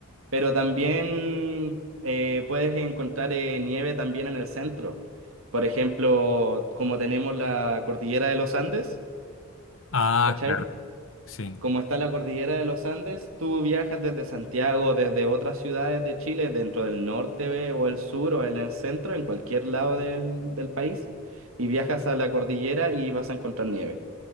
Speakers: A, on the right; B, on the left.
A: Pero también eh, puedes encontrar eh, nieve también en el centro. Por ejemplo, como tenemos la cordillera de los Andes,
B: Ah,
A: ¿cachai?
B: claro, sí.
A: Como está la cordillera de los Andes, tú viajas desde Santiago, desde otras ciudades de Chile, dentro del norte eh, o el sur o en el centro, en cualquier lado del, del país, y viajas a la cordillera y vas a encontrar nieve.